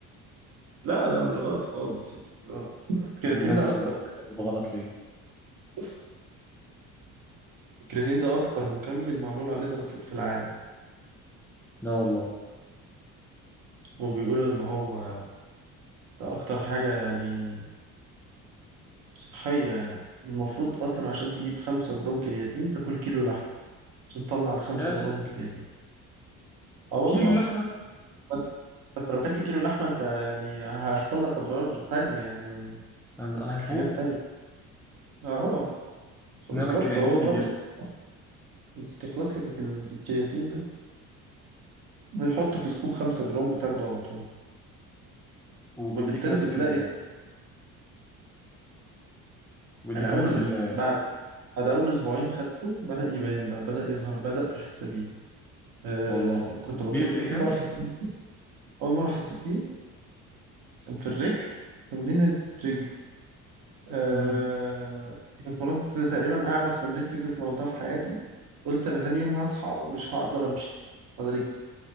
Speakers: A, on the right; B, in the centre.
A: لا لا مش غلط خالص يعني مش غلط. الكرياتين
B: امال الناس
A: ده اكتر
B: والدكاتره بيقولوا غلط ليه
A: بص الكرياتين ده اكتر مكمل معمول عليه دراسات في العالم
B: لا والله
A: وبيقولوا ان هو ده اكتر حاجة يعني صحية يعني المفروض اصلا عشان تجيب خمسة جرام كرياتين تاكل كيلو لحم عشان تطلع الخمسة
B: يا سلام
A: جرام كرياتين اه والله
B: كيلو لحمه
A: فانت فأنت لو كلت كيلو لحمة انت يعني هيحصل لك اضرار تانية يعني من
B: هتموت
A: من حاجات تانية اه فبالظبط
B: انما الكرياتين
A: هو بقى
B: بيجيب
A: بيستخلص بيستخلص لك الك- الكرياتين ده بيحطه في سكوب خمسة جرام بتاخده على طول
B: وبيديك
A: فبالتالي
B: نفس
A: بتلاقي
B: ال... بيديك
A: انا اول
B: نفس ال...
A: اسبوع بعد بعد اول اسبوعين خدته بدأ يبان بقى بدأ يظهر بدأت احس بيه آه
B: والله
A: كنت بتمرن
B: بيفرق يعني
A: اول مره حسيت بيه اول مره حسيت بيه كان في الرجل تمرين رجل آه
B: امم
A: اتمرنت تقريبا اعنف تمرين رجل اتمرنتها في حياتي قلت انا تاني يوم هصحى مش هقدر امشي هقدر رجلي